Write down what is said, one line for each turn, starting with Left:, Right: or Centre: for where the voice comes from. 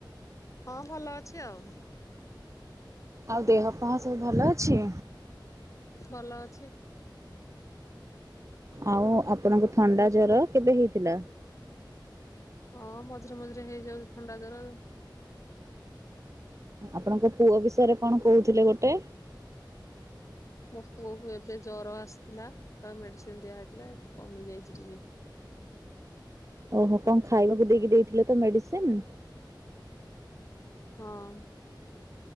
Left: ହଁ ଭଲ ଅଛି ଆଉ।
Right: ଆଉ ଦେହ ପା ସବୁ ଭଲ ଅଛି।
Left: ଭଲ ଅଛି।
Right: ଆଉ, ଆପଣଙ୍କୁ
Left: ଆମର
Right: ଥଣ୍ଡା
Left: ଏ
Right: ଜ୍ଵର
Left: ପୁଅ
Right: କେବେ ହେଇଥିଲା,
Left: ହଁ ମଝିରେ ମଝିରେ ହେଇଯାଉଛି ଥଣ୍ଡା ଜ୍ଵରଆଉ।
Right: ଆପଣଙ୍କ ପୁଅ ବିଷୟରେ କଣ କହୁଥିଲେ
Left: ମୋ
Right: ଗୋଟେ।
Left: ମୋ ପୁଅକୁ ଏବେ ଜ୍ଵର ଆସିଥିଲା ତ ମେଡିସିନ ଦିଆହୋଇଥିଲା କମି ଯାଇଛି ଟିକେ।
Right: ଓହୋ କଣ ଖାଇବାକୁ ଦେଇକି ଦେଇଥିଲେ ତ ମେଡିସିନ।
Left: ହଁ